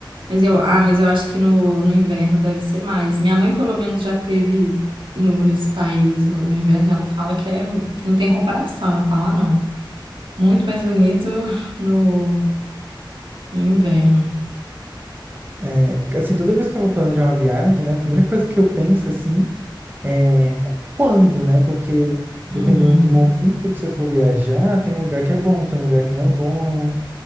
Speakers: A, on the right (about 85°); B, on the right (about 25°).
A: mas eu, ah, mas eu acho que no, no inverno deve ser mais. Minha mãe, pelo menos, já teve no, nesses países no, no inverno, ela fala que, é, que não tem comparação, ela fala, ah, não, muito mais bonito <laughs> no, no inverno.
B: É, assim, toda vez que eu vou planejar uma viagem, né, a primeira coisa que eu penso, assim, é, quando, né? Porque
A: Uhum,
B: dependendo do momento que você for viajar, tem um lugar que é bom, tem um lugar que não é bom.